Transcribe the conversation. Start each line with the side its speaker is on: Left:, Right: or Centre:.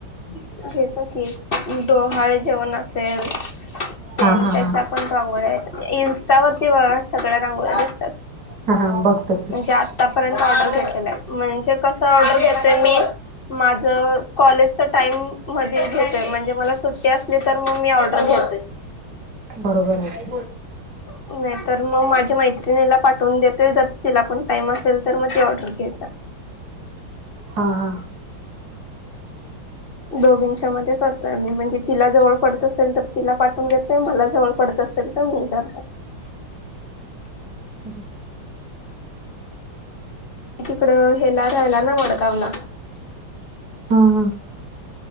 Left: घेतो की डोहाळे जेवण असेल ते
Right: हा हा
Left: त्याच्या
Right: हा.
Left: पण रांगोळ्या आहेत इंस्टावरती बघा सगळ्या रांगोळ्यास
Right: हा हा बघत
Left: आतापर्यंत ऑर्डर घेत म्हणजे कस ऑर्डर घेतय मी माझ कॉलेज टाईम मध्ये घेतोय म्हणजे मला सुट्टी असली तर मग मी ऑर्डर घेतोय.
Right: बरोबर आहे
Left: नाही तर मग माझ्या मय ला पाठवून देतोय जर तिला पण टाइम असेल तर मग ती ऑर्डर घता
Right: हा हा
Left: दोघींच्या मध्ये करतोय म्हणजे तिला जवळ पडत असेल तर तिला पाठून घेतय मला जवळ पडत असेल तर मी ज
Right: हो
Left: तिकडं हेला राहिला ना वडगावला
Right: हा हा